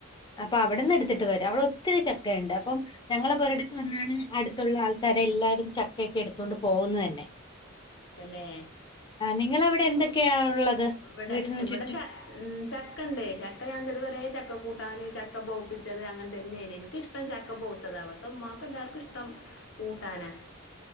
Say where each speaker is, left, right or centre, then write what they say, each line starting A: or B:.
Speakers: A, on the left (about 20°); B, on the left (about 60°).
A: അപ്പൊ അവിടെന്ന് എടുത്തിട്ട് വരും അവിടെ ഒത്തിരി ചക്കുണ്ട് അപ്പം. ഞങ്ങളപ്പോ ഒരിടത്ത് വന്നാണ് ഞങ്ങളെ പൊരിയടുത്തു നിന്നാണ്അടുത്തുള്ള ആൾക്കാരെ എല്ലാരും ചക്കൊക്കെ എടുത്തൊണ്ട് പോകന്ന് തന്നെ.
B: തന്നെ
A: ആ നിങ്ങളൊ അവിടെ എന്തൊക്കെയാ ഉള്ളത്.
B: ഇവിടെ
A: വീട്ടിന്
B: ഇവിടെ
A: ചുറ്റും
B: ച ഉ ചക്ക ഉണ്ടേ ചക്ക ഞൻക്ക്തുവരെ ചക്ക കൂട്ടാന് ചക്ക പഴുപ്പിച്ചത് അങ്ങനെ തന്നെയ എനിക്കിഷ്ടം ഷ്ടം ചെക്ക പോത്തത് അവിടത്തെ ഉമ്ക്കും എല്ലാവർക്കും ഇഷ്ടം കൂട്ടാന്.